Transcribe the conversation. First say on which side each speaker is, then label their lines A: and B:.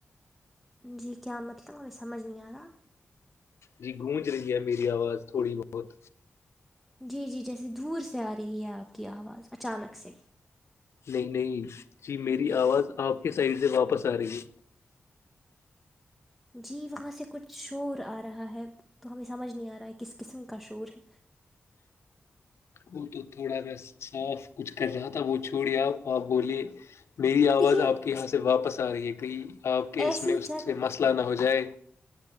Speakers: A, in the centre; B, on the left.
A: جی کیا مطلب ہمیں سمجھ نہیں آ رہا
B: جی گونج رہی ہے میری آواز تھوڑی بہت
A: جی جی جیسے دور سے آ رہی ہے آپ کی آواز اچانک سے
B: نہیں نہیں جی میری آواز آپ کے سائڈ سے واپس آ رہے گی
A: جی وہاں سے کچھ شور آ رہا ہے تو ہمیں سمجھ نہیں آ رہا ہے کس قسم کا شور ہے
B: ہ اٹ تھوڑا میں صاف کچھ کر رہا تھا وہ چھوڑی آپ آپ بولیے میری آواز
A: دیکھیے
B: آپ یہاں سے واپس آ رہی ہے کہئی آپ کے
A: ایسی
B: اس میں اس
A: جگہ
B: سے مسئلہ نہ ہو جائے